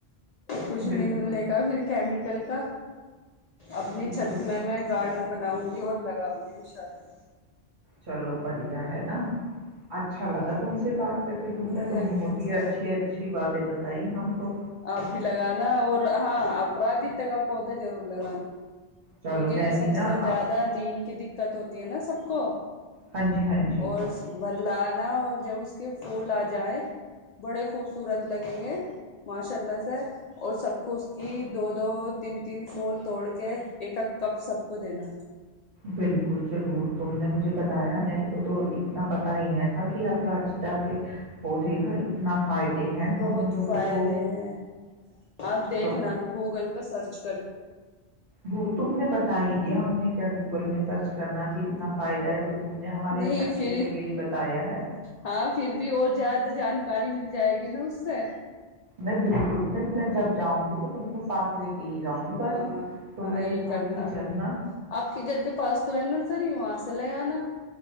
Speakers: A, on the left; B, on the right.
A: کچھ
B: بالکل
A: نہیں ملنے کا پھر کیمیکل کا اپنی
B: بالکل
A: چھت میں میں گارڈن بناؤں گی اور لگاؤں گے ان شاء اللہ
B: چلو بڑھیا ہے نا اچھا اچھا لا تم سے بات کر کے تم نے
A: مجھے
B: تو
A: بھی
B: بہت
A: اچھا
B: ہی اچھی
A: لگ
B: اچھی باتیں بتائی ہم کو
A: آپ بھی لگانا اور ہاں اپراجی تک پودا ضرور لگانانا
B: چلو
A: کیونکہ
B: میں
A: سب
B: بھی نا
A: سے زیادہ
B: اب
A: نین کی دقت ہوتی ہے نا سب کو
B: ہاں جی ہاں جی
A: اور لانا اور جب اس کے پول آ جائیں بڑے خوبصورت لگیں گے ماشاء اللہ سے اور سب کو اس کی دو دو تین تین پھول توڑ کے ایک کپ سب کو دینا
B: بالکل ضرور تم نے مجھے بتا بتایا میرے کو تو اتنا پتا ہی نہیں تھا کہ آپ رجدا کے پودے کاا اتنا فائدے ہیں ہمیں
A: بہت
B: لوگوں
A: فائدے
B: کو
A: ہیں آپ دیکھنا
B: سب
A: گوگل پہ سرچ سک
B: وہ تم نے بتا ہی دیا ہم نے کیا گوگل میں سرچ کرنا کہ اتنا
A: ہ
B: فائدہ ہے تو تم نے ہمارے
A: نہیں
B: اچھے
A: پھر
B: کے لیے ہی بتایا ہے
A: ہاں پھر بھی اور زیاد تو جانکاری مل جائے گی نا اس سے
B: میں بالکل نہیں میں جب جاؤ گی تو تم کو سھ لے کے کہ جاؤں گی باجی
A: ہاں
B: تم
A: ہاں
B: میرے
A: یہی
B: ساتھ
A: کرنا
B: ہی چلنا
A: آپ کے گھر کے پاس تو ہے نا سری وہاںصل نا